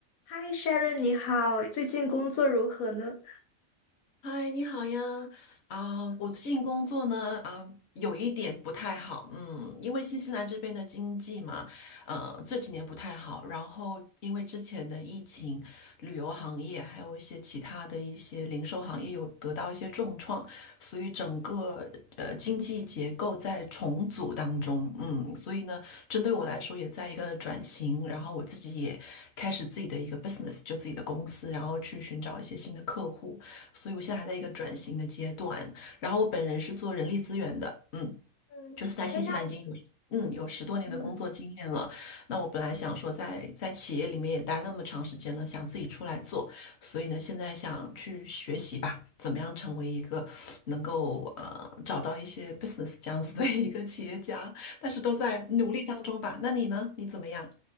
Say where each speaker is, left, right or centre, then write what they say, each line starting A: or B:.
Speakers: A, on the left; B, on the left.
A: 嗨，Sharon，你好，最近工作如何呢？
B: 嗨，你好呀！啊、我最近工作呢，啊、有一点不太好，嗯，因为新西兰这边的经济嘛，呃，这几年不太好，然后因为之前的疫情，旅游行业还有一些其他的一些零售行业有得到一些重创，所以整个呃经济结构在重组当中，嗯，所以呢，针对我来说也在一个转型，然后我自己也开始自己的一个 business，就自己的公司，然后去寻找一些新的客户。所以我现在还在一个转型的阶段。然后我本人是做人力资源的，嗯，
A: 嗯，
B: 就是在新西兰已经有嗯有十多年的工作经验了。
A: 哎，那我嗯
B: 那我本来想说在在企业里面也待那么长时间了，想自己出来做，所以呢，现在想去学习吧，怎么样成为一个能够呃找到一些 business 这样子的一个企业家，但是都在努力当中吧。那你呢？你怎么样？